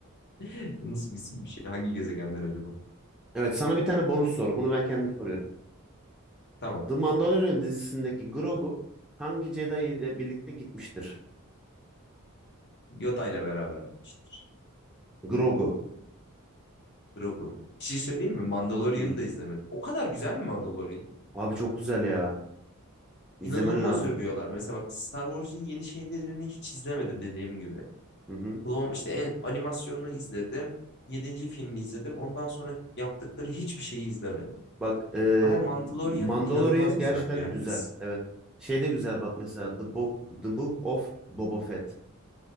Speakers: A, on the left; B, in the centre.
A: <laughs> Bu Nasıl bir isim bir şey? Hangi gezegenden acaba?
B: Evet sana bir tane bonus soru. Bunu ben kendim soruyorum.
A: Tamam.
B: The Mandalorian dizisindeki Grogu hangi Jedi ile birlikte gitmiştir?
A: Yoda ile beraber gitmiştir.
B: Grogu.
A: Grogu. Bir şey söyleyeyim mi? Mandalorian'ı
B: Hı.
A: da izlemedim. O kadar güzel mi Mandalorian?
B: Abi çok güzel ya. İzlemen
A: İnanılmaz
B: lazım.
A: övüyorlar. Mesela bak Star Wars'un yeni şeylerini hiç izlemedim dediğim gibi.
B: Hı hı.
A: Clone- işte en, animasyonunu izledim. Yedinci filmi izledim. Ondan sonra yaptıkları hiçbir şeyi izlemedim.
B: Bak e,
A: Ama Mandalorian
B: Mandalorian
A: inanılmaz
B: gerçekten
A: güzel diyor herkes.
B: güzel. Evet. Şey de güzel bak mesela The Book, The Book of Boba Fett.